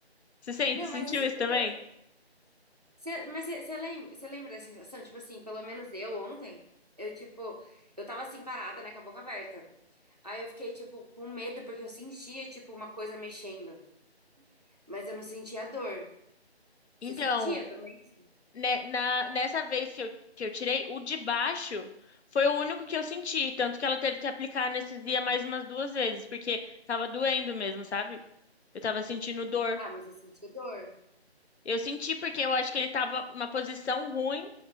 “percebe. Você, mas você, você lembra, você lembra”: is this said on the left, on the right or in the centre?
Right